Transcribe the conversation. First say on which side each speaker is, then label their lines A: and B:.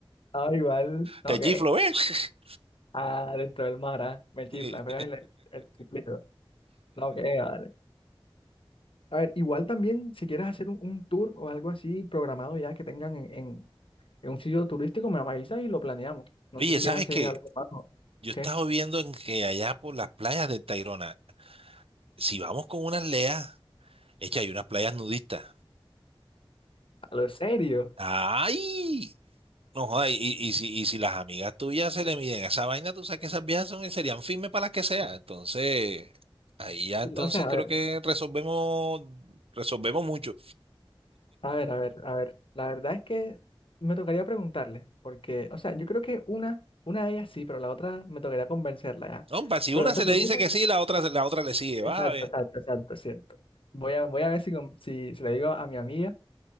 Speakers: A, on the left; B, on the right.
A: Ah, igual, no,
B: Te
A: ¿qué?
B: chiflo, ves
A: Adentro del mar, ah,
B: <laughs>
A: Me chifla,
B: Y-
A: me pegas el, el chiflido. No, que vale. A ver, igual también, si quieres hacer un, un tour o algo así programado ya que tengan en, en- en un sitio turístico, me avisas y lo planeamos. No
B: Oye,
A: sé si
B: ¿sabes
A: quieres hacer
B: qué?
A: algo más. ¿no?
B: Yo
A: ¿Qué?
B: estaba viendo en que allá por las playas de Tayrona, si vamos con unas leas, es que hay unas playas nudistas.
A: ¿A lo serio?
B: ¡Ay! No jodas, y, y si, y si las amigas tuyas se le miden a esa vaina, tú sabes que esas viejas son, serían firmes para las que sea. Entonces, ahí ya entonces
A: O sea, a
B: creo
A: ver,
B: que resolvemos, resolvemos mucho.
A: a ver, a ver, a ver. La verdad es que me tocaría preguntarle, porque, o sea, yo creo que una, una de ellas sí, pero la otra me tocaría convencerla ya.
B: No, pa, si
A: Pero
B: una
A: no te
B: se
A: preocupes.
B: le dice que sí, la otra, la otra le sigue,
A: Exacto,
B: va
A: exacto, exacto, cierto. Voy a, voy a ver si, con- si, si le digo a mi amiga